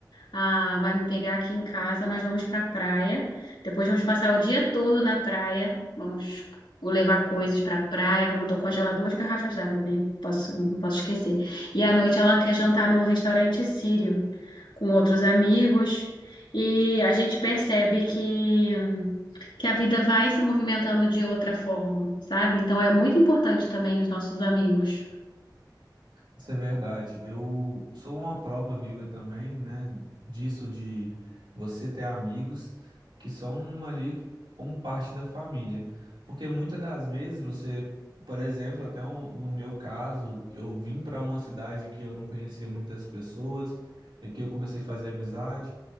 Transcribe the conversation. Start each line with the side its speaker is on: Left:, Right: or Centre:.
Left: Ah, vai me pegar aqui em casa, nós vamos para a praia. Depois vamos passar o dia todo na praia. Vamos levar coisas para a praia. Ela mandou congelar duas garrafas d'água, né? Posso, não posso esquecer. E à noite ela quer jantar num restaurante sírio com outros amigos. E a gente percebe que que a vida vai se movimentando de outra forma, sabe? Então é muito importante também os nossos amigos.
Right: Isso é verdade. Eu sou uma prova viva também, né, disso de você ter amigos que são ali como parte da família. Porque muitas das vezes você, por exemplo, até um- no meu caso, eu vim para uma cidade que eu não conhecia muitas pessoas, e que eu comecei a fazer amizade.